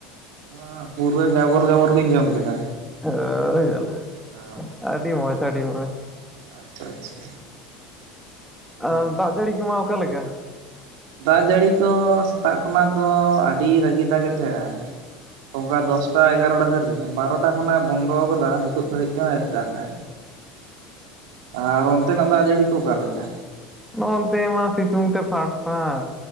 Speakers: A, on the right (about 80°); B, in the centre.
A: <unintelligible> ᱦᱚᱸ ᱯᱩᱨᱟᱹ ᱜᱟᱵᱚᱨ ᱜᱟᱵᱚᱨ ᱞᱤᱧ ᱡᱚᱢ ᱠᱮᱫᱟ᱾
B: <unintelligible> ᱚᱻ ᱡᱟᱞᱟ
A: ᱚ
B: ᱟᱹᱰᱤ ᱢᱚᱡᱽ ᱟᱹᱰᱤ ᱢᱚᱡᱽ᱾
A: ᱟᱪᱪᱷᱟ ᱟᱪᱪᱷᱟ ᱦᱩᱸ
B: ᱦᱚᱸ ᱫᱟᱜ ᱡᱟᱹᱲᱤ ᱠᱚᱢᱟ ᱚᱠᱟ ᱞᱮᱠᱟ?
A: ᱫᱟᱜ ᱡᱟᱹᱲᱤ ᱠᱚ ᱥᱮᱛᱟᱜ ᱠᱷᱚᱱᱟᱜ ᱫᱚ ᱟᱹᱰᱤ ᱨᱟᱹᱜᱤ ᱫᱟᱜ ᱮᱫ ᱛᱟᱦᱮᱸᱜᱼᱟᱭ᱾ ᱚᱱᱠᱟ ᱫᱚᱥᱴᱟ ᱮᱜᱟᱨᱚᱴᱟ ᱫᱷᱟᱨᱤᱡ <unintelligible> ᱵᱟᱨᱚᱴᱟ ᱠᱷᱚᱱᱟᱜ ᱮ ᱵᱚᱱᱫᱚ ᱠᱟᱫᱟ ᱦᱤᱛᱚᱜ ᱫᱷᱟᱹᱵᱤᱡ ᱛᱮᱦᱚᱸ ᱟᱣᱨᱤᱭ ᱫᱟᱜᱼᱟᱭ᱾ ᱟᱨ ᱚᱱᱛᱮ ᱱᱟᱜ ᱫᱟᱜ ᱡᱟᱹᱲᱤ ᱠᱚ ᱚᱠᱟᱮ ᱞᱮᱠᱟ?
B: ᱱᱚᱱᱛᱮ ᱢᱟ ᱥᱤᱛᱩᱝ ᱛᱮ ᱯᱷᱟᱴ-ᱯᱷᱟᱴ